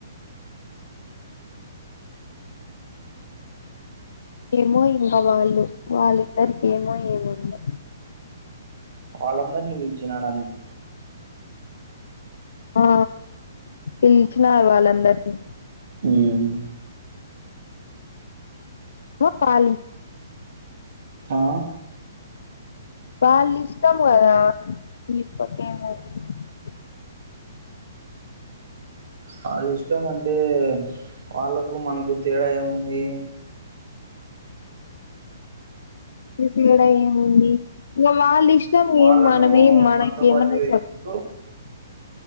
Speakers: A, on the left; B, on the right.
A: ఏమో ఇంక వాళ్ళు వాళ్ళిద్దరికేమొ ఏమైందో
B: వాళ్ళందరిని పిలిచినడాండి
A: ఆ పిలిచినా వాళ్ళందరినీ
B: మ్
A: ఓ పాలి
B: ఆ
A: వాళ్ళ ఇష్టం కదా <unintelligible>
B: వాళ్ళ ఇష్టం అంటే వాళ్ళకు మనకు తేడా ఏముంది
A: <unintelligible> ఏముంది ఇగ వాళ్ళిష్ ష్టం
B: వాళ్ళను
A: ఏం మనమేం మనకేమన్నా
B: మనతో పాటు
A: చెప్